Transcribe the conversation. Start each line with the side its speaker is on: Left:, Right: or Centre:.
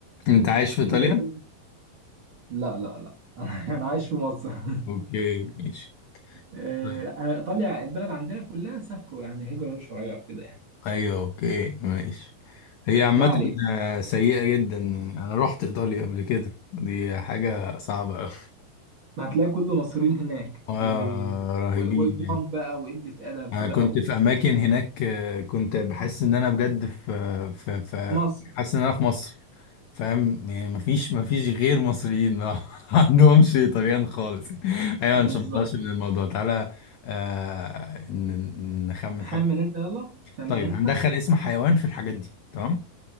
Left: أنت عايش في إيطاليا؟
Right: كل البلد لا لا لا <laughs> انا عايش في مصر <laughs>
Left: أوكي ماشي
Right: آه،
Left: طيب.
Right: لا، ايطاليا البلد عندنا كلها سافروا يعني هجرة غير شرعية وكده يعني
Left: أيوه أوكي ماشي هي عامة
Right: ما علينا
Left: آه، سيئة جدا يعني أنا رحت إيطاليا قبل كده دي حاجة صعبة أوي
Right: هتلاقي كله مصريين هناك
Left: <laughs> آه
Right: و-
Left: رهيبين
Right: و- واجرام
Left: يعني
Right: بقى وقلة ادب
Left: أنا
Right: بقى
Left: كنت في أماكن هناك آه، كنت بحس إن أنا بجد في آه، في في
Right: ومصر
Left: حاسس إن أنا في مصر فاهم يعني مفيش مفيش غير مصريين ما <laughs> عندهمش طليان خالص يعني. ايوه
Right: بالظبط
Left: مش هنطلعش من الموضوع تعالى آه ن- نخمن
Right: خمن
Left: حاجه
Right: انت يلا خمن
Left: طيب
Right: انت
Left: هندخل اسم حيوان في الحاجات دي تمام